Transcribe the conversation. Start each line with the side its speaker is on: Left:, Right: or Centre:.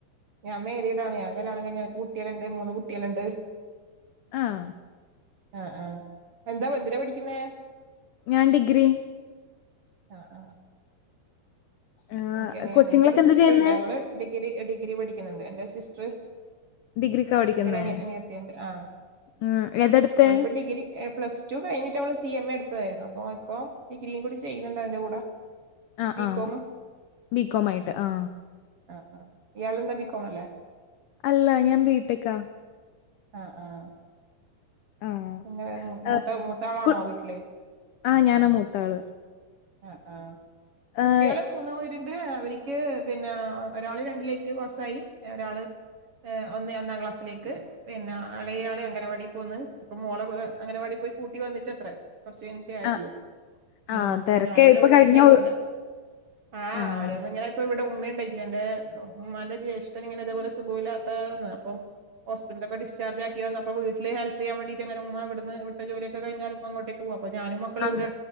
Right: ഞാൻ മേരിടാണ് ഞാൻ കല്യാണം കഴിഞ്ഞ <unintelligible> മൂന്ന് കുട്ടികളുണ്ട്.
Left: ആഹ.
Right: ആഹ ആഹ എന്താ എന്തിനാ പഠിക്കുന്നേ.
Left: ഞാൻ ഡിഗ്രി.
Right: ആ ആ
Left: ആഹ്
Right: എനിക്ക്
Left: കൊച്ചുങ്ങളൊക്കെ
Right: എനിക്കൊരു സിസ്റ്റർുണ്ട്
Left: എന്താ ചെയ്യുന്നേ?
Right: അവള് ഡിഗ്രി ഡിഗ്രി പഠിക്കുന്നുണ്ട് എന്റെ സിസ്റ്റർ. <unintelligible>
Left: ഡിഗ്രിക്കാ പഠിക്കുന്നേ?
Right: അനിയത്തി ണ്ട് ആഹ.
Left: ഉം. ഏതെടുത്തേ?
Right: അവളിപ്പ ഡിഗ്രി പ്ലസ് ടു കഴിഞ്ഞിട്ട് അവള് സി എം എ <unintelligible> <unintelligible> അപ്പൊ ഇപ്പം ഡിഗ്രീ കൂടെ ചെയ്യുന്നുണ്ട് അതിന്റെ കൂടെ.
Left: ആഹ
Right: ബികോം
Left: ആഹ ബികോം ആയിട്ട് ആ
Right: ആ ഇയാളും ന്താ ബികോം അല്ലേ
Left: അല്ല ഞാൻ ബി ട്ടെ ക്കാ.
Right: ആഹ ആഹ.
Left: ആഹ്.
Right: ഇങ്ങെ മൂത്ത
Left: ഏഹ്
Right: മൂത്താളാണോ
Left: കു
Right: വീട്ടില്.
Left: ആഹ് ഞാനാ മൂത്താള്.
Right: ആ ആ കുട്ടികള്
Left: ഏഹ്
Right: മൂന്ന് <unintelligible> ണ്ട് അവരിക്ക് പിന്നെ ഒരാള് രണ്ടിലേക്ക് പാസായി <unintelligible> ഒന്നേ ഒന്നാം ക്ലാസ്സിലേക്ക് എളേ യാള് അങ്ങനവാടി പോവ്ന്ന് ഇപ്പ മോള <unintelligible> <unintelligible> കൂട്ടി വന്നട്ടത്ര കുറച് <unintelligible> ആയിട്ടുള്ളൂ
Left: ആഹ്
Right: ഉം.
Left: ആഹ് തെരക്കാ
Right: ഞാനിവിടെ
Left: ഇപ്പൊ
Right: ഒറ്റക്കെ
Left: കഴിഞ്ഞ
Right: ഒള്ളു
Left: ഒ
Right: <unintelligible> ആ
Left: ആഹ്.
Right: ഓരോന്നിങ്ങനെ <unintelligible> <unintelligible> ഉമ്മയിണ്ട് <unintelligible> ഉമ്മാന്റെ ജേഷ്ഠൻ ഇങ്ങനെ ഇതേപോലെ സുഖം ഇല്ലാത്ത ആണ് അപ്പോ <unintelligible> പ്പോ ഡിസ്ചാർജ് ആക്കി വന്നപ്പോ വീട്ടിൽ ഹെല്പ് ചെയാൻ വേണ്ടിട്ട് ഉമ്മ ഉ ഇവിട്ന്ന് ഇവിത്തെ ജോലിയക്കെ കൈഞ്ഞ <unintelligible> അങ്ങോട്ടേക്ക് പോകാം അപ്പൊ ഞാനും മക്കളും
Left: അങ്ങ
Right: ഇവിടെ